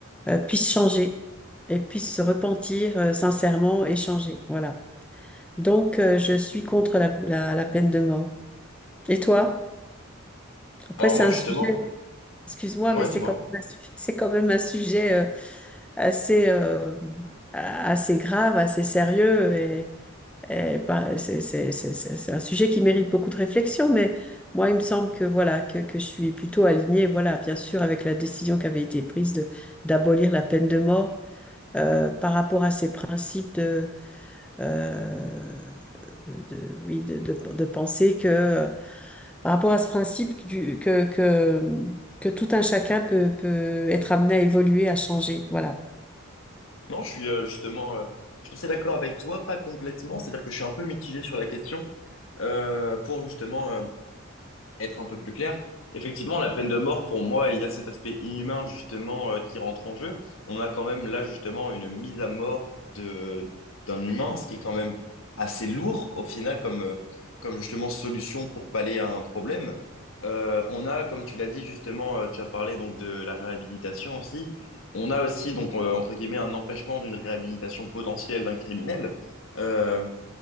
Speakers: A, in the centre; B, on the left (about 70°).
A: euh, puissent changer et puissent se repentir euh, sincèrement et changer. Voilà. Donc, euh, je suis contre la, la, la peine de mort. Et toi? Après,
B: Alors
A: c'est
B: moi
A: un
B: justement,
A: sujet, excuse-moi,
B: ouais,
A: mais c'est
B: dis-moi.
A: quand même un, su- <laughs> c'est quand même un sujet euh, assez, euh, assez grave, assez sérieux. Et, Eh ben, c'est c'est- c'est- c'est- c'est un sujet qui mérite beaucoup de réflexion, mais moi, il me semble que voilà que, que je suis plutôt alignée, voilà, bien sûr, avec la décision qui avait été prise de d'abolir la peine de mort euh, par rapport à ces principes de, euh, de, de- oui de, de, de penser que euh, par rapport à ce principe du, que, que que tout un chacun peut peut être amené à évoluer, à changer, voilà.
B: Non, je suis euh, justement, euh, je suis assez d'accord avec toi, pas complètement, c'est-à-dire que je suis un peu mitigé sur la question. Euh, pour justement, euh, être un peu plus clair, effectivement, la peine de mort, pour moi, il y a cet aspect inhumain, justement, euh, qui rentre en jeu. On a quand même là, justement, une mise à mort de, d'un humain, ce qui est quand même assez lourd, au final, comme, euh, comme justement solution pour pallier à un problème. Euh, on a, comme tu l'as dit, justement, euh, tu as parlé donc de la réhabilitation aussi. On a aussi, donc, euh, entre guillemets, un empêchement d'une réhabilitation potentielle d'un criminel. Euh,